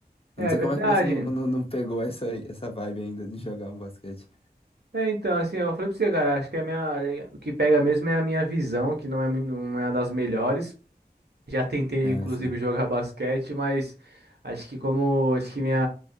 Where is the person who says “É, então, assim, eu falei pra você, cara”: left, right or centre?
Right